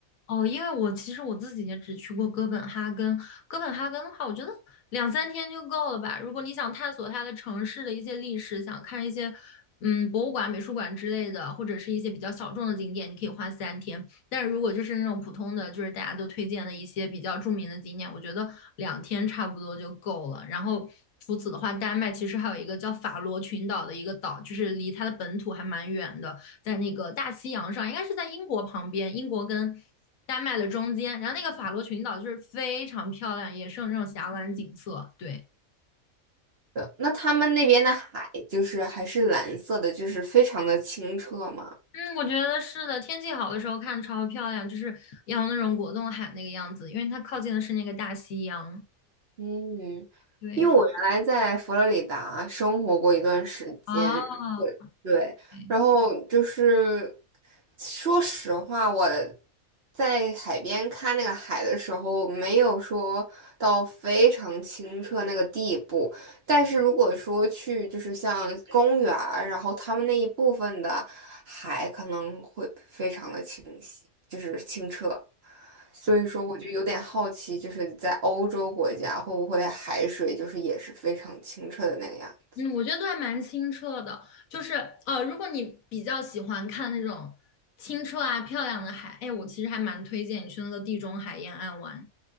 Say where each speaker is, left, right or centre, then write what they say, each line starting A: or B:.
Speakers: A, on the left; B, on the right.
A: 哦，因为我其实我自己也只去过哥本哈根。哥本哈根的话，我觉得两三天就够了吧。如果你想探索它的城市的一些历史，想看一些嗯博物馆、美术馆之类的，或者是一些比较小众的景点，你可以花三天。但是如果就是那种普通的，就是大家都推荐的一些比较著名的景点，我觉得两天差不多就够了。然后除此的话，丹麦其实还有一个叫法罗群岛的一个岛，就是离它的本土还蛮远的。在那个大西洋上，应该是在英国旁边，英国跟丹麦的中间，然后那个法罗群岛就是非常漂亮，也是有那种峡湾景色。对，
B: 的？那他们那边的海就是还是蓝色的，就是非常的清澈吗？
A: 嗯，我觉得是的，天气好的时候看超漂亮，就是要那种果冻海那个样子，因为它靠近的是那个大西洋。
B: 嗯，
A: 对，
B: 因为我原来在佛罗里达生活过一段时间，
A: 挺啊，
B: 对，
A: 对
B: 然后就是说实话，我在海边看那个海的时候，没有说到非常清澈那个地步，但是如果说去就是像公园儿然后他们那一部分的海可能会非常的清晰，就是清澈。所以说，我就有点好奇，就是在欧洲国家会不会海水就是也是非常清澈的那个样子？
A: 嗯，我觉得都还蛮清澈的，就是呃，如果你比较喜欢看那种清澈啊漂亮的海，哎，我其实还蛮推荐你去那个地中海沿岸玩。